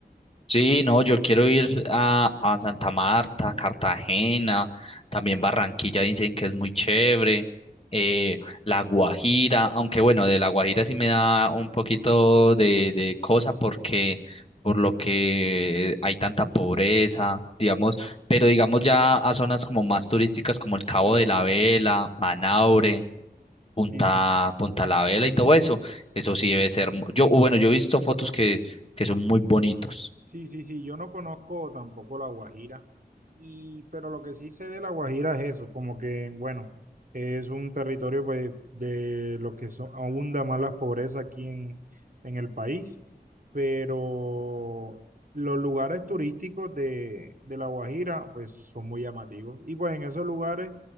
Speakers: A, on the left; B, on the right.
A: Sí, no, yo quiero ir a, a Santa Marta, Cartagena, también Barranquilla dicen que es muy chévere, eh, La Guajira, aunque bueno, de La Guajira sí me da un poquito de, de cosa porque por lo que hay tanta pobreza, digamos, pero digamos ya a zonas como más turísticas como el
B: Sí,
A: Cabo de la Vela, Manaure, Punta,
B: sí, sí.
A: Punta La Vela y todo eso, eso sí debe ser, mu- yo, bueno, yo he visto fotos que, que son muy bonitos.
B: Sí, sí, sí, yo no conozco tampoco la Guajira, y, pero lo que sí sé de la Guajira es eso, como que, bueno, es un territorio pues, de lo que son, abunda más las pobrezas aquí en, en el país, pero los lugares turísticos de, de la Guajira pues son muy llamativos, y pues en esos lugares